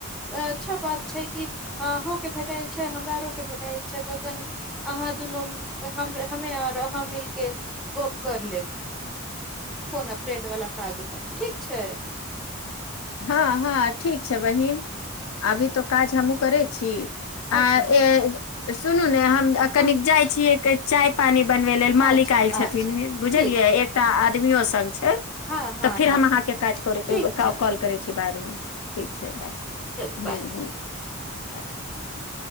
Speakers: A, in the centre; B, on the left.
A: अच्छा बात छैय कि आहूँ के भेटल छैय हमरा आरो भेटल छैय तऽ कनि अहाँ दुनू हमे हमे आर अहाँ मिलके गप करि लेब फोन फ्रेंड वला ठीक छैय
B: हँ हँ ठीक छैय बहिन अभी तो काज हमहुँ करै छी आ
A: अच्छा
B: ए सुनू नेहाँ कनिक
A: हँ
B: जाइ छियै चाय पानी बनबे लेल मालिक
A: अच्छा
B: आयल छथिन
A: अच्छा
B: बुझलियै
A: ठीक
B: एकटा <unintelligible>
A: हँ हँ
B: तऽ फिर
A: हँ
B: हम अहाँके काज करैत
A: ठीक छै
B: कॉल करै छी बारमे ठीक छै बाय
A: चलू
B: ह
A: बाय
B: ह <inaudible>